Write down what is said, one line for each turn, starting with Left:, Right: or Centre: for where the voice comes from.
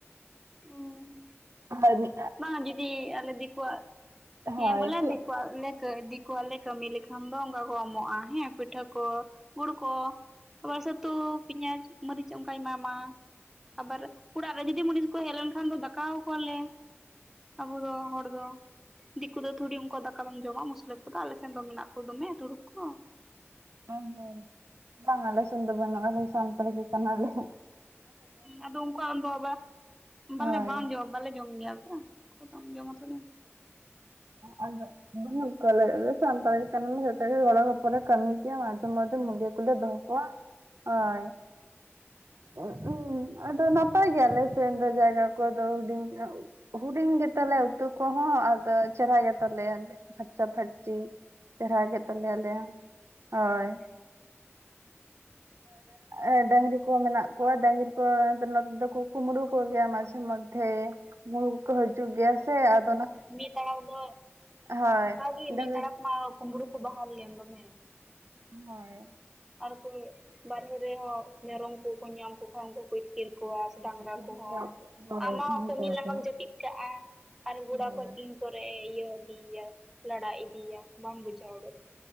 Centre: ᱚᱸ
Right: ᱦᱟᱨ ᱢᱤᱜ
Centre: ᱵᱟᱝᱼᱟ ᱫᱤᱫᱤ ᱟᱞᱮ ᱫᱤᱠᱩᱣᱟᱜ ᱦᱮᱸ
Right: ᱦᱳᱭ
Centre: ᱵᱚᱞᱮ
Right: ᱠᱷᱩᱵ
Centre: ᱫᱤᱠᱳᱣᱟᱜ ᱞᱮ ᱠᱟᱹ ᱫᱤᱠᱚᱣᱟᱜ ᱞᱮ ᱠᱟᱹᱢᱤ ᱞᱮᱠᱷᱟᱱ ᱫᱚ ᱚᱝᱠᱟ ᱠᱚ ᱮᱢᱚᱜᱼᱟ ᱦᱮᱸ ᱯᱤᱴᱷᱟᱹ ᱠᱚ ᱜᱩᱲ ᱠᱚ᱾ ᱟᱵᱟᱨ ᱥᱟᱹᱛᱩ ᱯᱮᱸᱭᱟᱡᱽ ᱢᱟᱹᱨᱤᱪ ᱚᱝᱠᱟᱭ ᱮᱢᱟ ᱢᱟ᱾ ᱟᱵᱟᱨ ᱩᱲᱟᱜ ᱨᱮ ᱡᱩᱫᱤ ᱢᱩᱱᱤᱥ ᱠᱚ ᱦᱮᱡ ᱞᱮᱱ ᱠᱷᱟᱱ ᱫᱚ ᱫᱟᱠᱟᱣᱟ ᱠᱚᱣᱟ ᱞᱮ᱾ ᱟᱵᱩ ᱫᱚ ᱦᱚᱲ ᱫᱚ ᱫᱤᱠᱩ ᱫᱚ ᱛᱷᱩᱲᱤ ᱩᱝᱠᱩᱣᱟᱜ ᱫᱟ ᱠᱟᱢ ᱮᱢ ᱡᱚᱢᱟ ᱢᱩᱥᱞᱟᱹ ᱠᱚ ᱫᱚ ᱟᱞᱮ ᱥᱮᱱ ᱫᱚ ᱢᱮᱱᱟᱜ ᱠᱚ ᱫᱚᱢᱮ ᱛᱩᱲᱩᱠ ᱠᱚ᱾
Right: <unintelligible> ᱵᱟᱝ ᱟᱞᱮ ᱥᱮᱱ ᱫᱚ ᱵᱟᱱᱩᱜᱼᱟ ᱟᱞᱮ ᱥᱟᱱᱛᱟᱲ ᱜᱮ ᱠᱟᱱᱟ ᱞᱮ᱾
Centre: ᱟᱫᱚ ᱩᱝᱠᱩᱣᱟᱜ ᱵᱟ ᱵᱚᱞᱮ
Right: ᱦᱳᱭ
Centre: ᱵᱟᱝ ᱡᱚᱢ ᱵᱟᱞᱮ ᱡᱚᱢ ᱜᱮᱭᱟ <unintelligible> ᱡᱚᱢᱟ ᱛᱷᱳᱲᱮ᱾
Right: ᱚᱸ <unintelligible> ᱵᱟᱹᱱᱩᱜ ᱠᱚᱣᱟ ᱟᱞᱮ ᱟᱞᱮ ᱥᱟᱱᱛᱟᱲ ᱜᱮ ᱠᱟᱱᱟᱞᱮ ᱡᱷᱚᱛᱚ ᱜᱮ ᱜᱚᱲᱚ-ᱜᱚᱯᱚ ᱞᱮ ᱠᱟᱢᱤ ᱜᱮᱭᱟ ᱢᱟᱡᱷᱮ ᱢᱚᱫᱽᱫᱷᱮ ᱢᱩᱞᱭᱟᱹ ᱠᱚ ᱞᱮ ᱫᱚ ᱦᱚᱸ ᱠᱚᱣᱟ ᱦᱚᱭ᱾ ᱩᱸᱜ ᱩᱸ ᱟᱫᱚ ᱱᱟᱯ ᱜᱮᱭᱟᱞᱮ ᱥᱮᱱ ᱫᱚ ᱡᱟᱭᱜᱟ ᱠᱚ ᱫᱚ ᱦᱩᱸᱰᱤᱧ ᱧᱚᱸᱜ᱾ ᱦᱩᱸᱰᱤᱧ ᱜᱮᱛᱟ ᱞᱮᱭᱟ ᱩᱛᱩ ᱠᱚ ᱦᱚᱸ ᱟᱫᱚ ᱪᱮᱨᱦᱟ ᱜᱮᱛᱟ ᱞᱮᱭᱟ ᱯᱷᱟᱨᱪᱟ-ᱯᱷᱟᱨᱪᱤ᱾ ᱪᱮᱨᱦᱟ ᱜᱮ ᱛᱟᱞᱮᱭᱟ ᱟᱞᱮᱭᱟᱝ ᱚᱭ᱾
Centre: <unintelligible>
Right: ᱟᱨ ᱰᱟᱝᱨᱤ ᱠᱚ ᱢᱮᱱᱟᱜ ᱠᱚᱣᱟ ᱰᱟᱝᱨᱤ ᱠᱚ ᱟᱫᱚ ᱱᱚᱛᱮ ᱫᱚ ᱠᱚ ᱠᱩᱢᱲᱩ ᱠᱚ ᱜᱮᱭᱟ ᱢᱟᱡᱷᱮ ᱢᱚᱫᱽ ᱦᱮᱸ ᱠᱩᱢᱲᱩ ᱠᱚ ᱠᱚ ᱦᱟᱡᱩᱜ ᱜᱮᱭᱟ ᱥᱮ ᱟᱫ
Centre: ᱢᱤᱫ ᱛᱟᱲᱟᱠ ᱫᱚ
Right: ᱦᱳᱭ
Centre: ᱚᱝᱠᱟ ᱜᱤ
Right: ᱰᱟᱹᱝᱨᱤ
Centre: ᱢᱤᱫ ᱛᱟᱲᱟᱠ ᱢᱟ ᱠᱩᱢᱲᱩ ᱠᱚ ᱵᱟᱦᱟᱞ ᱞᱮᱱ ᱫᱚᱢᱮ᱾
Right: ᱦᱚᱭ᱾
Centre: ᱟᱨ ᱠᱚ ᱵᱟᱨᱦᱮ ᱨᱮ ᱦᱚᱸ ᱢᱮᱨᱚᱢ ᱠᱚ ᱠᱚ ᱧᱟᱸᱢ ᱠᱚ ᱠᱷᱟᱱ ᱫᱚ ᱠᱚ ᱤᱫ ᱠᱤᱨ ᱠᱚᱣᱟ ᱥᱮ ᱰᱟᱝᱨᱟ
Right: ᱤᱫᱤ
Centre: ᱠᱚ ᱦᱚᱸ᱾
Right: ᱠᱚᱣᱟ ᱠᱚ ᱦᱳᱭ
Centre: ᱟᱢ ᱢᱟ
Right: ᱤᱫᱤ
Centre: ᱠᱟᱹᱢᱤ
Right: ᱠᱚᱣᱟ
Centre: ᱞᱟᱸᱜᱟᱢ
Right: ᱠᱚ
Centre: ᱡᱟᱹᱯᱤᱫ ᱠᱟᱜᱼᱟ ᱟᱨ ᱜᱚᱨᱟ
Right: ᱦᱳᱭ
Centre: ᱠᱚ <unintelligible> ᱛᱚᱨᱮ ᱤᱭᱟᱹ ᱤᱫᱤᱭᱟᱭ ᱞᱟᱲᱟ ᱤᱫᱤᱭᱟ ᱵᱟᱢ ᱵᱩᱡᱟ <unintelligible> ᱫᱚ᱾